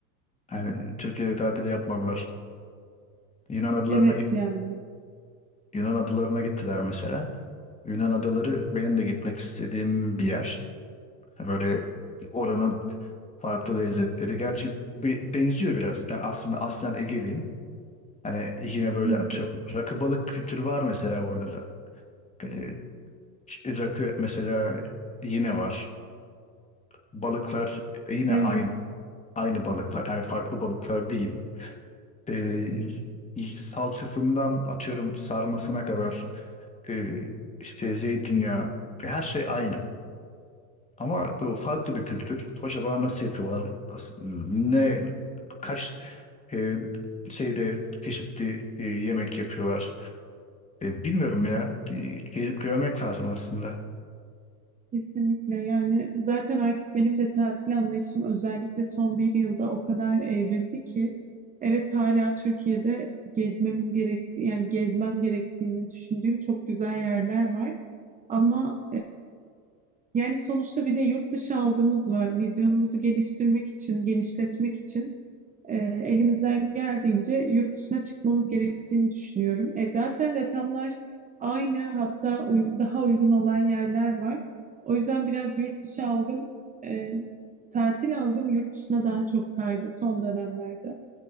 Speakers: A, on the left; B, on the right.
A: Yani Türkiye'de tatil yapmadılar. Yunan adalarına
B: Evet
A: git
B: yani.
A: Yunan adalarına gittiler mesela. Yunan adaları benim de gitmek istediğim bir yer. Hani Böyle oranın farklı lezzetleri. Gerçi bir, benziyor biraz. Ben aslında aslen Ege'liyim. Hani yine böyle
B: Hı hı.
A: atıyorum. Rakı balık kültürü var mesela orada da. Ee, işte rakı mesela yine var. Balıklar yine
B: Evet,
A: aynı aynı balıklar. Hani farklı balıklar değil. Ee, salçasından atıyorum sarmasına kadar e, işte zeytinyağı her şey aynı. Ama bu farklı bir kültür. Acaba nasıl yapıyorlar? Nasıl- Ne kaç e, şeyde çeşitli e, yemek yapıyorlar? E, bilmiyorum ya. E, Gezip görmek lazım aslında.
B: kesinlikle. Yani zaten artık benim de tatil anlayışım özellikle son bir yılda o kadar evrildi ki evet hala Türkiye'de gezmemiz gerektiği yani gezmem gerektiğini düşündüğüm çok güzel yerler var. Ama Yani sonuçta bir de yurt dışı algımız var. Vizyonumuzu geliştirmek için, genişletmek için e, elimizden geldiğince yurt dışına çıkmamız gerektiğini düşünüyorum. E, zaten rakamlar aynı, hatta uy- daha uygun olan yerler var. O yüzden biraz yurt dışı algım, e, tatil algım yurt dışına daha çok kaydı son dönemlerde.